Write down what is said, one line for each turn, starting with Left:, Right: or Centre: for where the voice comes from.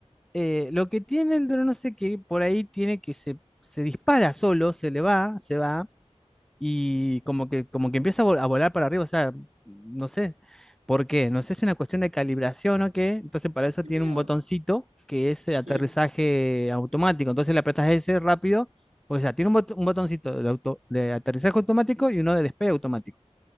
Centre: eh, lo que tiene el dron, no sé qué, por ahí tiene que se, se dispara solo, se le va, se va. y como que, como que empieza a vol- a volar para arriba, o sea, no sé por qué, no sé si es una cuestión de calibración o qué, entonces para eso
Right: ¡Qué
Centre: tiene
Right: miedo!
Centre: un botoncito que es el
Right: Sí.
Centre: aterrizaje automático, entonces le apretas ese rápido, o sea, tiene un, bot- un botoncito de, auto- de aterrizaje automático y uno de despegue automático,